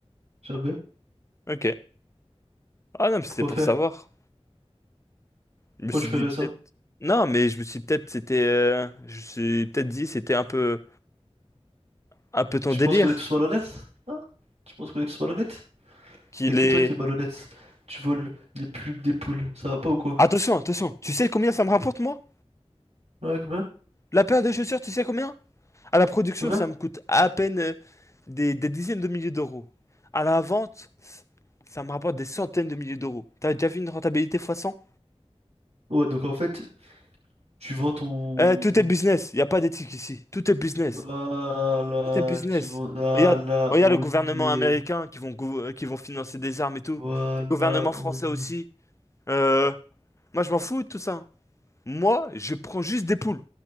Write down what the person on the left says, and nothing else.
Ok. Ah non, mais c'était
pour
savoir. Je
me suis
dit peut-être.
Non, mais je me suis peut-être c'était. euh, Je me suis peut-être dit c'était un peu un peu ton
délire.
Qu'il
est.
Attention, attention. Tu sais combien ça me rapporte moi?
La paire de chaussures, tu sais combien? À la production,
ça me coûte à peine euh, des, des dizaines de milliers d'euros. À la vente, c- ça me rapporte des centaines de milliers d'euros. T'as déjà vu une rentabilité fois cent
Euh, tout est business. Il n'y a pas d'éthique ici. Tout est business.
Tout est business.
Regarde, regarde
le gouvernement
américain qui vont, gou- euh, qui vont financer des armes et tout.
Le gouvernement français
aussi.
Euh, moi, je m'en fous de tout ça. Moi, je prends juste des poules.